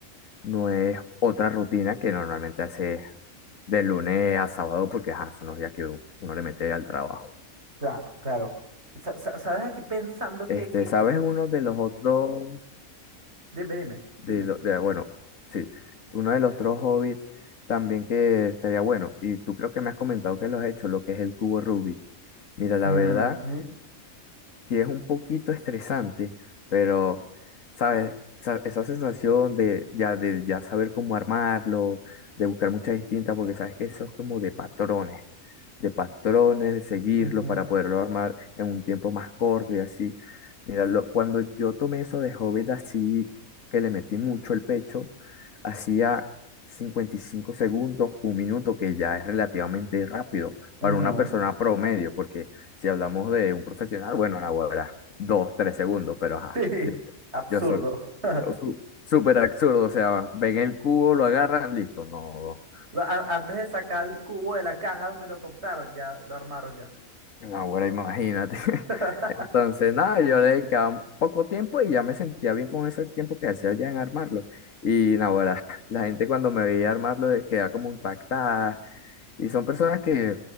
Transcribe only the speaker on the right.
Claro, claro. Sa- sa- ¿Sabes aquí pensando que,
que...
Dime, dime,
dime.
Ujú,
ujú,
ujú.
Sí,
absurdo.
<laughs>
Lo- a- Antes de sacar el cubo de la caja donde lo compraron, ya lo armaron ya.
<laughs>